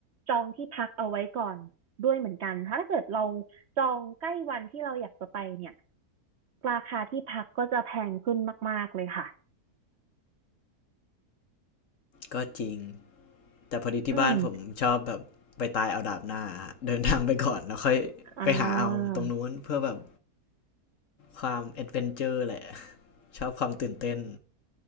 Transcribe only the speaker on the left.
ก็จริงแต่พอดีที่บ้านผมชอบแบบไปตายเอาดาบหน้าเดินทางไปก่อนแล้วค่อยไปหาเอาตรงนู้นเพื่อแบบ
ความแอดเวนเจอร์แหละ <laughs> ชอบความตื่นเต้น